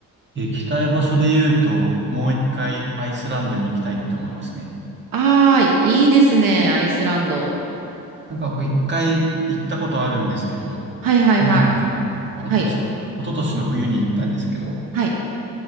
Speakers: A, on the right; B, on the right.
A: 行きたい場所で言うと、もう一回アイスランドに行きたいって思いますね。
B: ああー、いいですね、アイスランド。
A: なんか僕一回行ったことあるんですけど、
B: はいはいはい。
A: 去年かなあ、一昨年か。
B: はい。
A: 一昨年の冬に行ったんですけど、
B: はい。